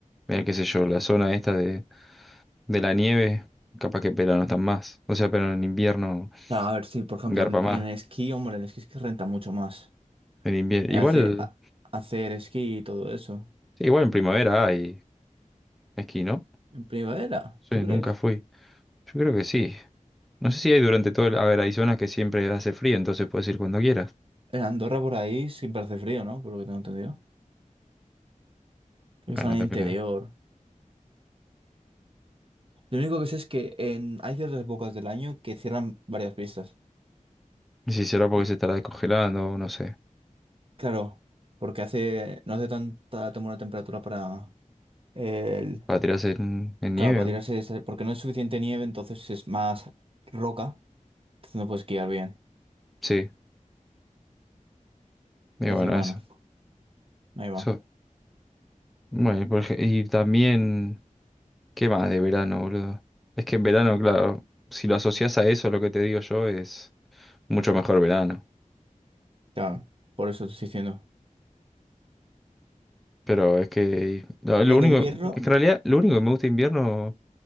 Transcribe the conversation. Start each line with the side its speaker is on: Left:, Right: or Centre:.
Centre: en qué sé yo, la zona esta de. de la nieve, capaz que en verano están más. O sea, pero en invierno
Right: Ah, A ver, sí, por ejemplo,
Centre: garpa
Right: en
Centre: más.
Right: en el esquí, hombre, el esquí es que renta mucho más.
Centre: En invierno.
Right: Eh,
Centre: Igual,
Right: Hace, a- hacer esquí y todo eso.
Centre: sí, igual en primavera hay esquí, ¿no?
Right: En primavera,
Centre: Sí,
Right: ¿tú crees?
Centre: nunca fui. Yo creo que sí. No sé si hay durante todo el... A ver, hay zonas que siempre hace frío, entonces puedes ir cuando quieras.
Right: En Andorra por ahí siempre hace frío, ¿no? Por lo que tengo entendido. Creo
Centre: Bueno,
Right: que están
Centre: no
Right: en
Centre: te
Right: el interior.
Centre: creo.
Right: Lo único que sé es que en... hay ciertas épocas del año que cierran varias pistas.
Centre: Y si será porque
Right: Eh,
Centre: se estará descongelando, no sé.
Right: claro, porque hace... no hace tanta tan buena temperatura para el...
Centre: Para tirarse en, en
Right: Claro,
Centre: nieve.
Right: para
Centre: o-
Right: tirarse... esa- Porque no es suficiente nieve, entonces es más roca. Entonces no puedes esquiar bien.
Centre: Sí. Y
Right: Entonces,
Centre: bueno,
Right: bueno,
Centre: eso.
Right: ahí va.
Centre: Eso. Bueno, y, por ej- y también... ¿Qué más de verano, boludo? Es que en verano, claro, si lo asocias a eso, lo que te digo yo es... mucho mejor verano.
Right: Claro, por eso te estoy diciendo.
Centre: Pero es que no, lo
Right: En
Centre: único,
Right: invierno...
Centre: es que en realidad lo único que me gusta de invierno